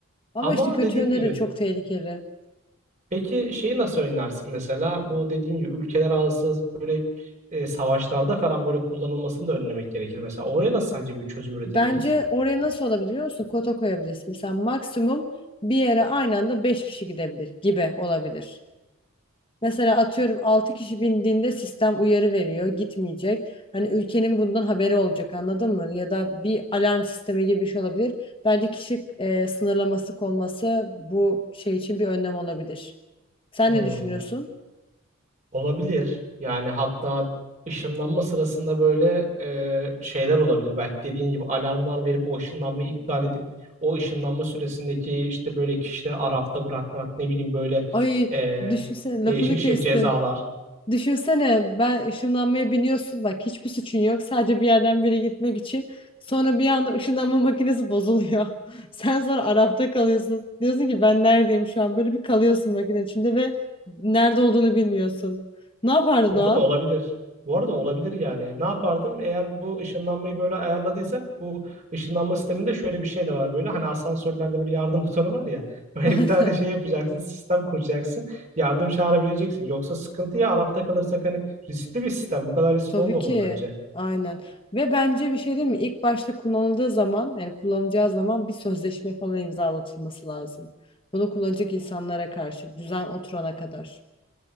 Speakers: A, on the left; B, on the right.
A: Ama
B: Ama
A: işte kötü
B: dediğin
A: yönleri
B: gibi
A: de çok tehlikeli.
B: peki şeyi nasıl önlersin mesela? Bu dediğim gibi ülkeler arası böyle e, savaşlarda falan böyle kullanılmasını da önlemek gerekir mesela. Oraya nasıl sence bir çözüm üretebiliriz?
A: Bence oraya nasıl olabilir biliyor musun? Kota koyabilirsin. Mesela maksimum bir yere aynı anda 5 kişi gidebilir gibi olabilir. Mesela atıyorum 6 kişi bindiğinde sistem uyarı veriyor, gitmeyecek. Hani ülkenin bundan haberi olacak anladın mı? Ya da bir alarm sistemi gibi bir şey olabilir. Bence kişi e, sınırlaması konması bu şey için bir önlem olabilir. Sen
B: Hmm.
A: ne düşünüyorsun?
B: Olabilir. Yani hatta ışınlanma sırasında böyle e, şeyler olabilir. Belki dediğin gibi alarmlar verip o ışınlanmayı iptal edip o ışınlanma süresindeki işte böyle kişileri arafta bırakmak, ne bileyim böyle
A: Ay
B: e,
A: düşünsene lafını
B: değişik şey
A: kestim.
B: cezalar.
A: Düşünsene ben ışınlanmaya biniyorsun bak hiçbir suçun yok sadece bir yerden bir yere gitmek için sonra bir anda ışınlanma makinesi bozuluyor. <laughs> Sen sonra Arap'ta kalıyorsun diyorsun ki ben neredeyim şu an böyle bir kalıyorsun makine içinde ve nerede olduğunu bilmiyorsun. Ne yapardın
B: Bu
A: o an?
B: arada olabilir. Bu arada olabilir yani. Ne yapardım? Eğer bu ışınlanmayı böyle ayarladıysak bu ışınlanma sisteminde şöyle bir şey de var böyle. Hani asansörlerde böyle yardım <laughs> butonu var ya. Böyle
A: <laughs> Aynen.
B: bir tane de şey yapacaksın. Sistem kuracaksın. Yardım çağırabileceksin. Yoksa sıkıntı ya Arap'ta kalırsak hani riskli bir sistem. Bu kadar riskli
A: Tabii
B: olmamalı
A: ki
B: bence.
A: aynen ve bence bir şey değil mi İlk başta kullanıldığı zaman yani kullanılacağı zaman bir sözleşme falan imzalatılması lazım. Bunu kullanacak insanlara karşı düzen oturana kadar.